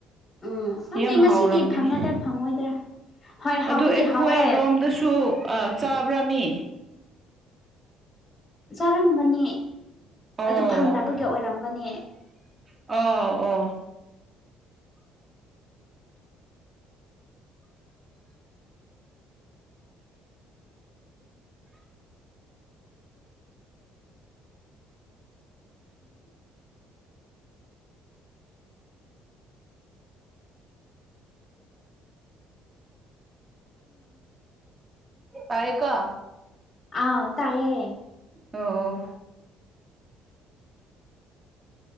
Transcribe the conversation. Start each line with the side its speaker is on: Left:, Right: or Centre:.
Left: ꯎꯝ ꯈꯪꯗꯦ
Right: ꯌꯥꯝ
Left: ꯉꯁꯤꯗꯤ
Right: ꯍꯥꯎꯔꯝꯒꯅꯤ
Left: ꯐꯪꯒꯗ꯭ꯔꯥ ꯐꯪꯉꯣꯏꯗ꯭ꯔꯥ ꯍꯣꯏ ꯍꯥꯎꯕꯨꯗꯤ
Right: ꯑꯗꯨ ꯑꯩꯈꯣꯏ
Left: ꯍꯥꯎꯋꯦ
Right: ꯔꯣꯝꯗꯁꯨ ꯑꯥ ꯆꯥꯕ꯭ꯔꯥꯃꯤ
Left: ꯆꯥꯔꯝꯒꯅꯤ
Right: ꯑꯣ
Left: ꯑꯗꯨ ꯐꯪꯗꯕꯒꯤ ꯑꯣꯏꯔꯝꯒꯅꯤ
Right: ꯑꯣ ꯑꯣ ꯇꯌꯦꯀꯣ
Left: ꯑꯥꯎ ꯇꯥꯏꯌꯦ
Right: ꯑꯣ ꯑꯣ